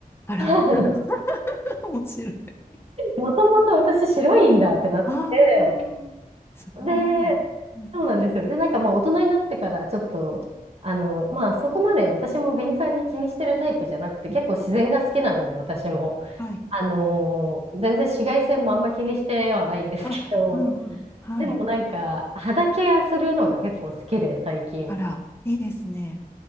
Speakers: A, on the left; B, on the right.
A: あら。
B: <laughs> あの
A: <laughs> 面白い。
B: もともと私白いんだってなって、
A: ああ、すごい。
B: で、
A: うん、
B: そうなんですよ。で、なんかまあ大人になってからちょっと、あの、まあそこまで私も敏感に気にしてるタイプじゃなくて、結構自然が好きなので、私も。
A: はい。
B: あのー全然紫外線もあんま気にしてはないんですけど、
A: あ、うん、うん。はい。
B: でもなんか、肌ケアするのが結構好きで、最近。
A: あら、いいですね。